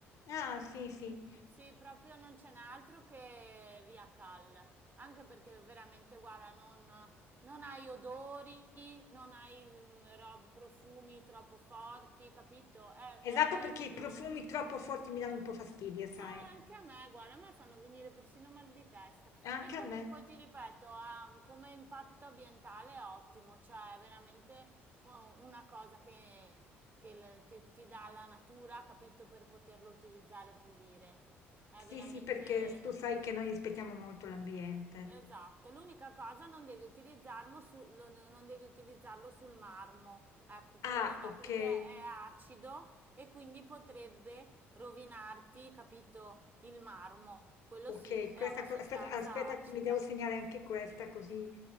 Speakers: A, on the left; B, on the right.
A: ah, sì, sì.
B: Eh, Sì, proprio non ce n'è altro che Via Cal, anche perché veramente, guarda, non, non hai odori, non hai mm, rob- profumi troppo forti, capito? È,
A: Esatto,
B: è inodore.
A: perché i profumi troppo forti mi danno un po' fastidio, sai.
B: Ah, anche a me, guarda, a me fanno venire persino mal di testa.
A: Anche
B: E comunque
A: a me.
B: ti ripeto, ha un- come impatto ambientale è ottimo, cioè è veramente u- una cosa che, che l- che ti dà la natura, capito, per poterlo utilizzare e pulire. È
A: Sì,
B: veramente
A: sì, perché s tu sai che noi rispettiamo molto l'ambiente.
B: Esatto, l'unica cosa non devi utilizzarlo, su- lo- non devi utilizzarlo sul marmo. Ecco, quello
A: Ah,
B: no,
A: okay.
B: perché è acido e quindi potrebbe rovinarti, capito, il marmo. Quello
A: Ok,
B: sì, è
A: questa
B: una
A: co-
B: sostanza
A: aspetta, aspetta,
B: acida.
A: mi devo segnare anche questa così,